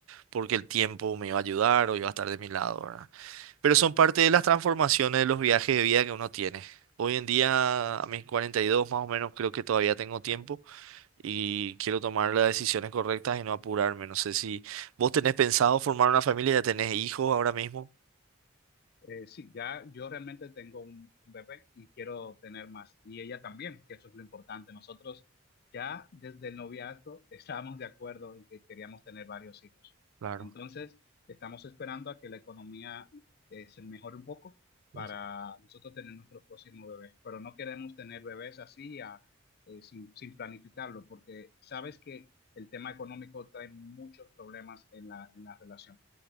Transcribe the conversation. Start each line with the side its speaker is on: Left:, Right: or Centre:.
Right: porque el tiempo me iba a ayudar o iba a estar de mi lado, ¿verdad? Pero son parte de las transformaciones de los viajes de vida que uno tiene. Hoy en día, a mis 42 más o menos, creo que todavía tengo tiempo y quiero tomar las decisiones correctas y no apurarme. No sé si vos tenés pensado formar una familia, ya tenés hijos ahora mismo.
Left: Eh, sí, ya yo realmente tengo un, un bebé y quiero tener más. Y ella también, que eso es lo importante. Nosotros ya desde el noviazgo <laughs> estábamos de acuerdo en que queríamos tener varios hijos.
Right: Claro,
Left: Entonces, estamos esperando a que la economía eh, se mejore un poco
Right: ujú,
Left: para nosotros tener nuestro próximo bebé. Pero no queremos tener bebés así a- eh, sin, sin planificarlo, porque sabes que el tema económico trae muchos problemas en la, en la relación